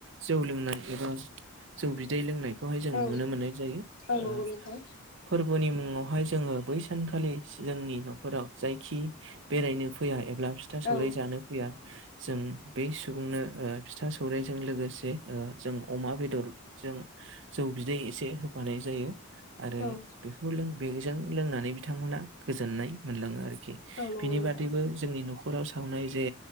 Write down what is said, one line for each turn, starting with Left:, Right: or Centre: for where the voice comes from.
Right: जौ लोंनाय एबा जौ बिदै लोंनायखौ खौहाय जों
Left: औ
Right: नुनो मोननाय जायो।
Left: औ
Right: ओ
Left: नंगौ नोंथां
Right: फोरबोनि मुङावहाय जोङो बै सानखालि जोंनि न'खराव जायखि बेरायनो फैया एब ब्ला फिथा
Left: औ
Right: सौराइ जानो फैया जों बै सुबुंनो ओ फिथा सौराइजों लोगो से ओ जों अमा बेदरजों जौ बिदै एसे होफानाय जायो। आरो
Left: औ
Right: बेखौ लों बेजों लोंनानै बिथांमोनहा गोजोननाय मोनलाङो आरोखि।
Left: औ नंगौ
Right: बिनि
Left: नोंथां
Right: बादैबो जोंनि न'खराव सावनाय जे